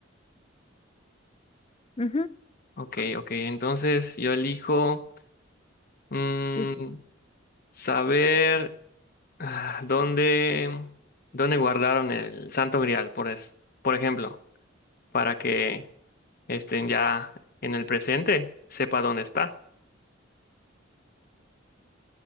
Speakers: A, on the left; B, on the left.
A: Ujú,
B: Ok, ok. Entonces yo elijo mm,
A: sí, sí.
B: saber ah, dónde, dónde guardaron el Santo Grial, por, es- por ejemplo, para que estén ya en el presente, sepa dónde está.